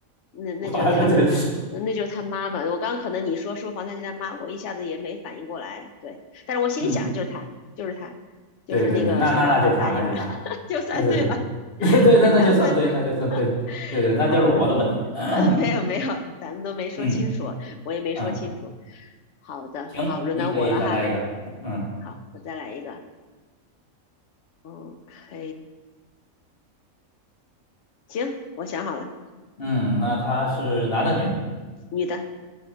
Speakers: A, on the left; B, on the left.
A: 那那就是他的，
B: <laughs> 完了，这，
A: 那就是他妈妈。我刚可能你说是不是黄家驹他妈，我一下子也没反应过来。对，但是我心里想就是他，
B: 嗯，
A: 就是他，就是那个孝庄好大院儿，
B: 对对对，那那那就是他，那就是他，
A: <laughs> 就算对吧？
B: 对对对
A: <laughs>
B: <laughs> 对，
A: 勉强算对。
B: 那那就算对，那就算对，
A: <laughs>
B: 对对，那就是我的问题。
A: 好的，
B: <coughs>
A: <laughs> 没有没有，咱们都没说清楚，
B: <clears throat> 嗯
A: 我也没说清楚。
B: 嗯，
A: 好的，
B: 行，
A: 好，轮到我了哈。
B: 你可以再来一个。嗯
A: 好，我再来一个。OK，行，我想好了，
B: 嗯，那他是男的女的？
A: 女的，